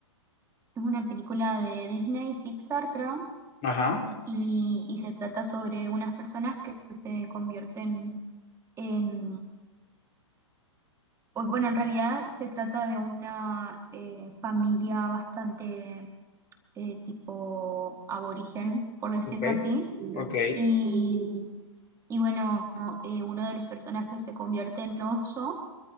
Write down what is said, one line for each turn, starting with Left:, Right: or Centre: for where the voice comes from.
Right: Es una película de Disney, Pixar, creo.
Left: Ajá,
Right: y, y se trata sobre unas personas que se convierten en, o, bueno, en realidad se trata de una eh, familia bastante eh, tipo aborigen, por decirlo
Left: ok,
Right: así,
Left: ok.
Right: y, y bueno, eh, uno de los personajes se convierte en oso.